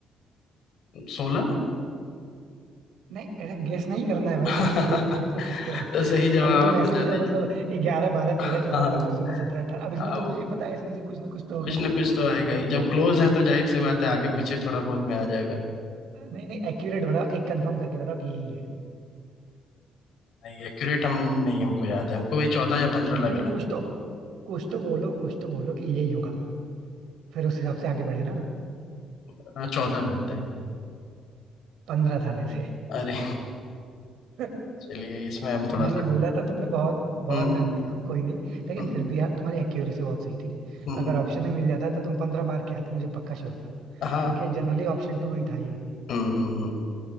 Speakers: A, on the left (about 70°); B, on the right (about 75°).
A: सोलह
B: नहीं ऐसे गेस नहीं करना है भाई
A: <laughs>
B: ऐसे गेस थोड़ी कर सकते हो
A: तो सही जवाब
B: अब तुम
A: आप
B: ऐसे
A: बता
B: ही
A: दीजिए
B: तो मतलब ग्यारह बारह
A: हाँ
B: तेरह चौदह पंद्रह सोलह सत्रह अठारह अब इसमें
A: अब
B: तो मुझे ही पता है इसमें से कुछ ना कुछ तो होगा
A: कुछ ना कुछ तो आएगा ही जब क्लोज है तो जाहिर सी बात है आगे पीछे थोड़ा बहुत में आ जाएगा
B: नहीं नहीं एक्यूरेट बताओ एक कंफर्म करके बताओ कि यही है
A: नहीं एक्यूरेट हम नहीं हमको याद है हमको वही चौदह या पंद्रह
B: फिर
A: लग
B: भी
A: रहा
B: कुछ तो कुछ तो बोलो कुछ तो बोलो कि यही होगा फिर उस हिसाब से आगे बढ़े ना
A: था चौदह बोलते हैं
B: पंद्रह था वैसे
A: अरे
B: <laughs>
A: चलिए इसमें हम थोड़ा
B: मैंने
A: सा
B: बोला था तुमने बहुत बहुत
A: हम्म
B: नजदीक
A: हम्म
B: हो कोई नहीं लेकिन
A: हम्म
B: फिर भी यार तुम्हारी एक्यूरेसी बहुत सही थी
A: हम्म
B: अगर
A: हम्म,
B: ऑप्शन में मिल जाता तो तुम पंद्रह मार्क के आते मुझे पक्का श्योर था
A: हाँ
B: क्योंकि जनरली ऑप्शन टू ही था ये
A: हम्म हम्म हम्म